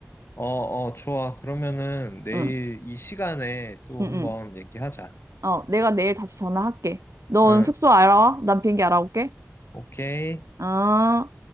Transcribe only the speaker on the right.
응,
응,
응.
어, 내가 내일 다시 전화할게. 넌
숙소 알아와? 난 비행기 알아올게.
어.